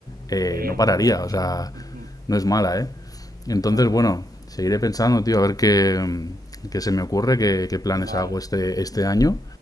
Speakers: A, on the left (about 20°); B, on the right (about 60°).
A: eh,
B: sería
A: no pararía,
B: muy bueno.
A: o sea,
B: Ujú.
A: no es mala, ¿eh? Entonces,
B: No,
A: bueno, seguiré pensando, tío, a ver qué, qué se me ocurre, qué, qué planes
B: no, vale.
A: hago este, este año.